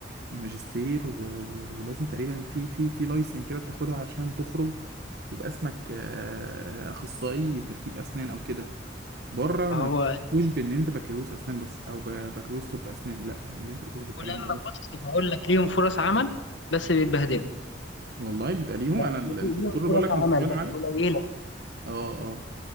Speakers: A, on the right; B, on the left.
A: ماجستير و... و... ولازم تقريبا في في في لايسن كده بتاخدها عشان تخرج يبقى اسمك آه، اخصائي تركيب اسنان او كده بره
B: فهو
A: ما بيعترفوش بان انت بكالوريوس اسنان بس او ب- بكالوريوس طب اسنان لا ما بيعترفوش بالكلام
B: ولما
A: ده لازم
B: بص بقول لك ليهم فرص عمل بس بيتبهدلوا
A: والله بيبقى ليهم
B: فاهم
A: انا ال-
B: قصدي؟
A: الدكتور
B: ليهم
A: اللي
B: فرص
A: بقول لك
B: عمل
A: من بتوع المعادن
B: بس قليلة
A: اه اه